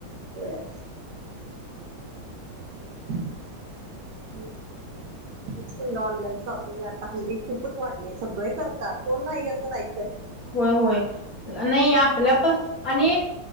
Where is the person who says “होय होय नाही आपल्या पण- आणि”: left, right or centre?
Left